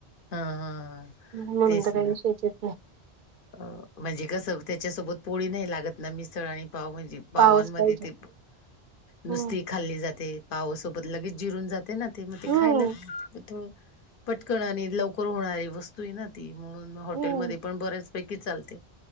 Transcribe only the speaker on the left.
हा हा
तेच
ना
अ म्हणजे कसं त्याच्यासोबत पोळी नाही लागत ना, म्हणजे मिसळ आणि पाव म्हंजी. पावांमध्ये
ते नुसती
खाल्ली जाते, पावसोबत लगेच जिरून जाते. ते ना ते मग, ते
खायला थोडं पटकन आणि लवकर होणारी वस्तू ए ना. ती म्हणून हॉटेल
मध्ये पण बऱ्याचपैकी चालते,